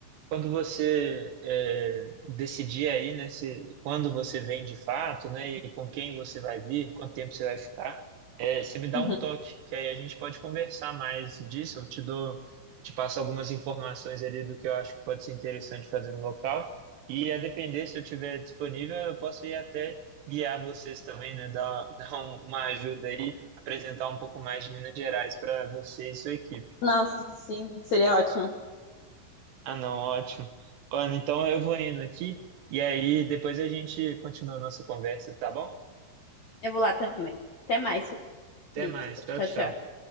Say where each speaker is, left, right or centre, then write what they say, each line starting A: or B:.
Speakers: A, on the right; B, on the left.
A: quando você é, decidir aí, né, se, quando você vem de fato, né, e com quem você vai vir, quanto tempo você vai ficar, é, você me dá
B: Uhum.
A: um toque, que aí a gente pode conversar mais disso, eu te dou, te passo algumas informações ali do que eu acho que pode ser interessante fazer no local, e a depender, se eu tiver disponível, eu posso ir até guiar vocês também, né, dar, <laughs> dar um- uma ajuda aí, apresentar um pouco mais de Minas Gerais para você e sua equipe.
B: Nossa, sim, seria ótimo.
A: Ah, não, ótimo. Olha, então eu vou indo aqui e aí depois a gente continua a nossa conversa, tá bom?
B: Eu vou lá também. Até mais,
A: Até
B: Felipe.
A: mais. Tchau,
B: Tchau,
A: tchau.
B: tchau.